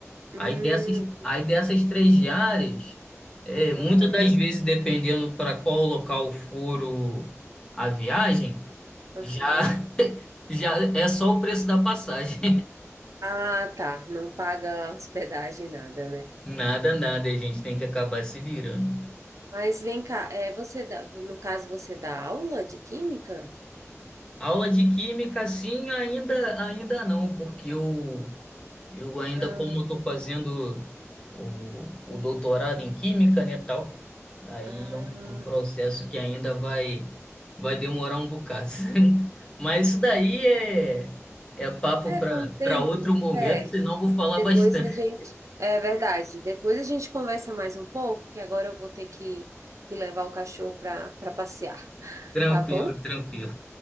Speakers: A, on the right (about 80°); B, on the left (about 15°).
A: Hum,
B: Aí dessas, aí dessas três diárias, é,
A: aham,
B: muitas das vezes, dependendo para qual local for o- a viagem,
A: aham.
B: Já, <laughs> já é só o preço da passagem.
A: Ah, tá. Não paga hospedagem, nada, né?
B: <laughs> Nada, nada, a gente tem que acabar se
A: Ah,
B: virando.
A: né. Mas vem cá, é, você dá, no caso, você dá aula de química?
B: Aula de química, sim, ainda, ainda não, porque eu, eu ainda,
A: Ah,
B: como eu estou fazendo o, o doutorado em química, né, tal, aí
A: ah.
B: é um, é um processo que ainda vai, vai demorar um bocado. <laughs> Mas isso daí é, é papo
A: É,
B: para
A: com o tempo.
B: para outro momento,
A: É,
B: senão eu vou falar
A: depois
B: bastante.
A: a gente. É verdade. Depois a gente conversa mais um pouco, que agora eu vou ter que, que levar o cachorro para para passear.
B: Tranquilo,
A: Tá bom?
B: tranquilo.